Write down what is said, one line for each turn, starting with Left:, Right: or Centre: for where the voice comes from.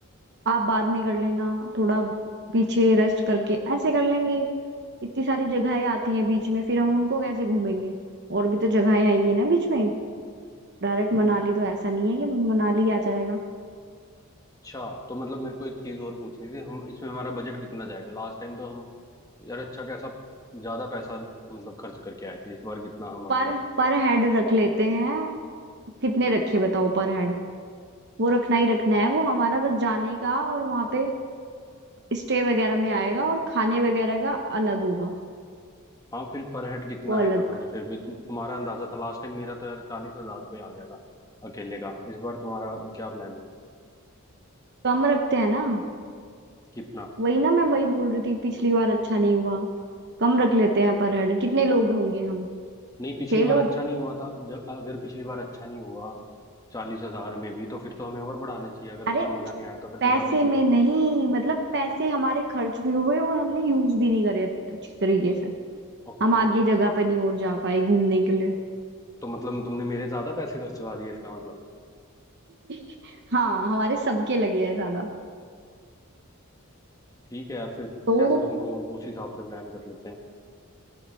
Right: आप बाद में कर लेना थोड़ा पीछे रेस्ट करके ऐसे कर लेंगे इतनी सारी जगहें आती हैं बीच में फिर हम उनको कैसे घूमेंगे और भी तो जगहें आएंगी ना बीच में डायरेक्ट मनाली
Left: है
Right: तो ऐसा नहीं है कि मनाली आ जाएगा
Left: अच्छा तो मतलब मेरे को एक चीज़ और पूछनी थी हम इसमें हमारा बजट कितना जाएगा लास्ट टाइम तो हम यार अच्छा कैसा ज़्यादा पैसा मतलब खर्च करके आए थे इस बार कितना हम अपना
Right: पर पर हेड रख लेते हैं कितने रखे बताओ पर हेड वो रखना ही रखना है वो हमारा बस जाने का और वहां पे स्टे वगैरह में आएगा और खाने वगैरह का अलग होगा
Left: हाँ फिर पर हेड कितना
Right: वो
Left: आएगा
Right: अलग
Left: मतलब फिर भी तु, तुम्हारा अंदाजा था लास्ट टाइम मेरा तो यार चालीस हजार रुपये आ गया था अकेले का इस बार तुम्हारा क्या प्लान है
Right: कम रखते हैं ना
Left: कितना
Right: वही ना मैं वही बोल रही थी पिछली बार अच्छा नहीं हुआ कम रख लेते हैं पर हेड कितने लोग होंगे हम
Left: नहीं पिछली
Right: छह
Left: बार
Right: लोग
Left: अच्छा नहीं हुआ था जब अगर पिछली बार अच्छा नहीं हुआ चालीस हजार में भी तो फिर तो हमें और बढ़ाना चाहिए अगर उसमें
Right: अरे
Left: मजा नहीं आया तो फिर
Right: पैसे
Left: तो ज्यादा चाहिए
Right: में नहीं मतलब पैसे हमारे खर्च भी हुए और हमने यूज भी नहीं करे अच्छी तरीके से
Left: ओके
Right: हम आगे जगह पे नहीं और जा पाए घूमने के लिए
Left: तो मतलब तुमने मेरे ज्यादा पैसे खर्चवा दिए इसका मतलब
Right: <laughs> हाँ हमारे सबके लगे हैं ज्यादा
Left: ठीक है यार फिर
Right: तो
Left: जैसे तुमको उस हिसाब से प्लान कर लेते हैं